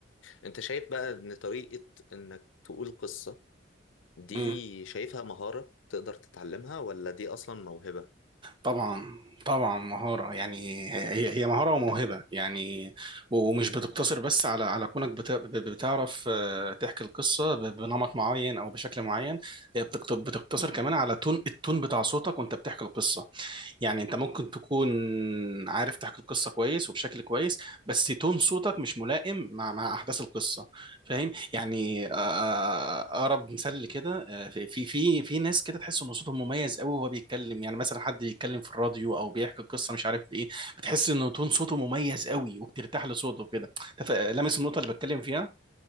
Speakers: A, on the left (about 85°); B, on the right (about 25°).
A: أنت شايف بقى إن طريقة إنك تقول قصة دي
B: مم.
A: شايفها مهارة تقدر تتعلمها ولا دي أصلا موهبة؟
B: طبعا طبعا مهارة يعني هي هي هي مهارة وموهبة يعني ومش بتقتصر بس على على كونك بت- ب- بتعرف آه، تحكي القصة ب- بنمط معين أو بشكل معين هي بتقت- بتقتصر كمان على تون التون بتاع صوتك وأنت بتحكي القصة يعني انت ممكن تكون عارف تحكي القصه كويس وبشكل كويس بس تون صوتك مش ملائم مع مع احداث القصه فاهم يعني آه، آه، اقرب مثال لكده آه، في في في في ناس كده تحس ان صوتهم مميز قوي وهو بيتكلم يعني مثلا حد بيتكلم في الراديو او بيحكي قصه مش عارف ايه بتحس ان تون صوته مميز قوي وبترتاح لصوته كده تف- لامس النقطه اللي بتكلم فيها